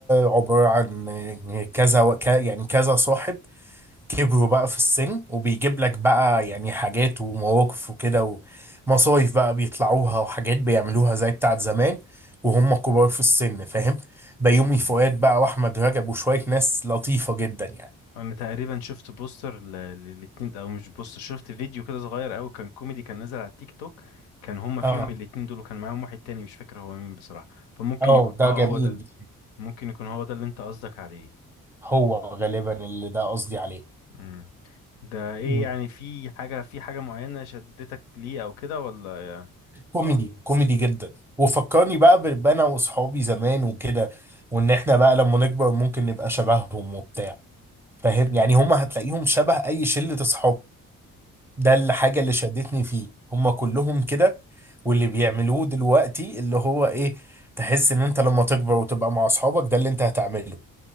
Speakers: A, in the centre; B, on the left.
A: عبارة عن كذا وك... يعني كذا صاحب كبروا بقى في السن وبيجيب لك بقى يعني حاجات ومواقف وكده ومصايف بقى بيطلعوها وحاجات بيعملوها زي بتاعت زمان وهم كبار في السن فاهم بيومي
B: مم.
A: فؤاد بقى واحمد رجب وشوية ناس لطيفة جدا يعني
B: انا تقريبا شفت بوستر ل... للاتنين او مش بوستر شفت فيديو كده صغير قوي كان كوميدي كان نازل على التيك توك كان هما
A: اه
B: فيهم الاتنين دول وكان معاهم واحد تاني مش فاكر هو مين بصراحة فممكن
A: اه
B: يكون
A: ده
B: اه
A: جميل
B: هو ده ال- ممكن يكون هو ده اللي انت قصدك عليه
A: هو غالبا اللي ده قصدي عليه
B: مم. ده ايه
A: مم.
B: يعني في حاجة في حاجة معينة شدتك ليه او كده ولا
A: كوميدي كوميدي جدا وفكرني بقى ب- بانا واصحابي زمان وكده وان احنا بقى لما نكبر ممكن نبقى شبههم وبتاع فاهم
B: مم.
A: يعني هم هتلاقيهم شبه اي شلة اصحاب ده الحاجة اللي شدتني فيه هما كلهم كده واللي بيعملوه
B: مم.
A: دلوقتي اللي هو ايه تحس ان انت لما تكبر وتبقى مع اصحابك ده اللي انت هتعمله